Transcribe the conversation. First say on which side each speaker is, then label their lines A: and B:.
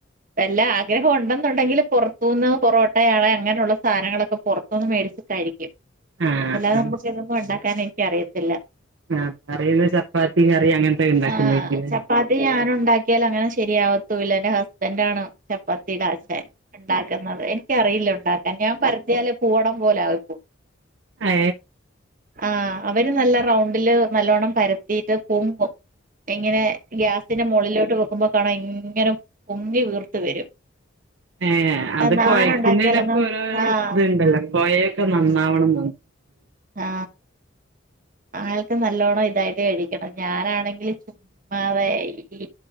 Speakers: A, on the right; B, on the right.
A: വല്ലാ ആഗ്രഹം ഉണ്ടെന്നുണ്ടെങ്കിൽ വല്ല വല്ല ആഗ്രഹഉം ഉണ്ടെനിന്നുണ്ടെങ്കി പുറത്തുനിന്ന് പൊറോട്ടയാണ് അങ്ങനെയുള്ള സാധനങ്ങളൊക്കെ പുറത്തുന്ന് മേടിച്ച് ശരിക്കും
B: ആഹ്
A: അല്ലാതെ
B: ആഹ്
A: നമുക്ക് ഇതൊന്നും ഉണ്ടാക്കാൻ എനിക്കറിയത്തില്ല
B: ആഹ് പറയുന്ന ചപ്പാത്തി കറി അങ്ങനത്തെ ഉണ്ടാക്കുന്നായിരിക്കുല്ലേ
A: ആഹ് ചപ്പാത്തി ഞാനുണ്ടാക്കിയാല് അങ്ങനെ ശരിയാ ലാ എന്റെ ഹസ്ബൻറ് ആണ് ചപ്പാത്തിഇടാൻച്ചൻ ഉണ്ടാക്കുന്നത് എനിക്കറിയില്ല ഉണ്ടാക്കാൻ ഞാൻ പരത്തിയാല് പൂവട പോലെ ആക്കു
B: ഏ
A: ആ അവര് നല്ല റൗണ്ടില് നല്ലോണ്ണം പരത്തിട്ട് പൊങ്ങും എങ്ങനെ ഗ്യാസിന്റെ മുകളിലോട്ട് വെക്കുമ്പോ കാണൻ എങ്ങനും പൊങ്ങി വീർത്ത് വരും
B: ഏ അത്
A: നാന
B: കോഴക്കുന്നേനൊക്കെ
A: ഉണ്ടാക്കിയാലെന്നോ
B: ഓരോ
A: ആഹ്
B: ഇത്ണ്ടല്ലോ കോഴൊക്കെ നന്നാവണം
A: ആ ആൾക്ക് നല്ലോണ്ണം ഇതായിട്ട് കഴിക്കണം ഞാനാണെങ്കില് ചുമ്മാ അതെ ഈ